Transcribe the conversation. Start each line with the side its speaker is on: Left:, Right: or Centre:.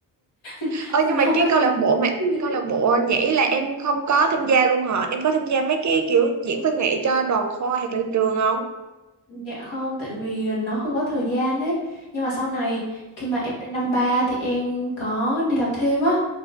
Left: <laughs>
Right: ơ
Left: nó
Right: nhưng mà
Left: không
Right: cái
Left: có
Right: câu lạc bộ mà
Left: chuyên
Right: câu
Left: ấy.
Right: lạc bộ nhảy là em không có tham gia luôn hả em có tham gia mấy cái kiểu diễn văn nghệ cho đoàn khoa hoặc là trường không
Left: Dạ không, tại vì nó không có thời gian ấy. Nhưng mà sau này khi mà em lên năm ba thì em có đi làm thêm á.